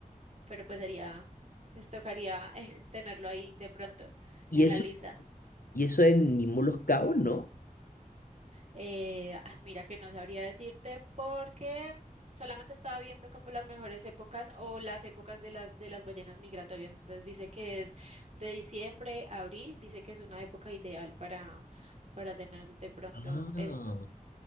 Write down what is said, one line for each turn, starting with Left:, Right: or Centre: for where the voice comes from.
Right: pero pues sería, pues tocaría eh, <laughs> tenerlo ahí de pronto
Left: Y
Right: en
Left: eso,
Right: la lista.
Left: y eso en mismo Los Cabos, ¿no?
Right: Eh, ah, mira que no sabría decirte porque mm, solamente estaba viendo como las mejores épocas o las épocas de las, de las ballenas migratorias. Entonces dice que es de diciembre a abril, dice que es una época ideal para, para tener de pronto
Left: Ah,
Right: esto.